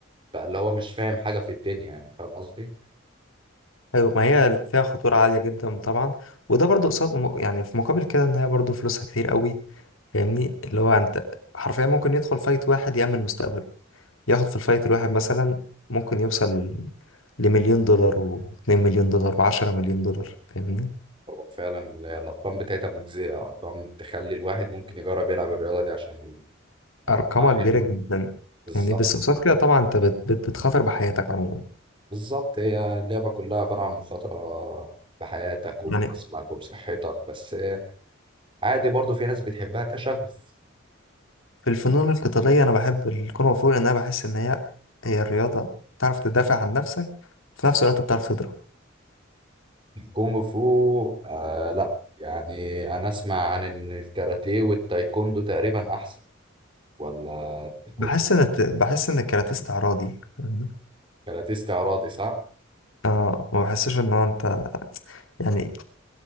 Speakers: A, on the right; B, on the left.
A: فاللي هو مش فاهم حاجة في الدنيا يعني فاهم قصدي؟
B: أيوه ما هي فيها خطورة عالية جدا طبعا وده برضه قصاد يعني في مقابل كده إن هي برضه فلوسها كتير قوي فاهمني اللي هو أنت حرفيا ممكن يدخل فايت واحد يأمن مستقبله ياخد في الفايت الواحد مثلا ممكن يوصل لمليون دولار واتنين مليون دولار وعشرة مليون دولار فاهمني
A: هو فعلا ال- الأرقام بتاعتها مجزية أرقام تخلي الواحد ممكن يجرب يلعب الرياضة دي عشان
B: أرقامها
A: آه، حلوة
B: كبيرة جدا
A: بالظبط
B: فاهمني بس قصاد كده طبعا أنت بت بت بتخاطر بحياتك عموما
A: بالظبط هي اللعبة كلها عبارة عن مخاطرة بحياتك وبجسمك
B: يعني
A: وبصحتك بس آه، عادي برضو في ناس بتحبها كشغف
B: في الفنون القتالية أنا بحب الكونغ فو لأن أنا بحس إن هي هي الرياضة بتعرف تدافع عن نفسك في نفس الوقت بتعرف تضرب
A: الكونغ فو آه لا يعني أنا أسمع عن إن الكاراتيه والتايكوندو تقريبا أحسن ولا الكونغ
B: بحس إن الت- بحس إن الكاراتيه استعراضي فاهمني؟
A: كاراتيه استعراضي صح؟
B: آه ما بحسش إن هو أنت يعني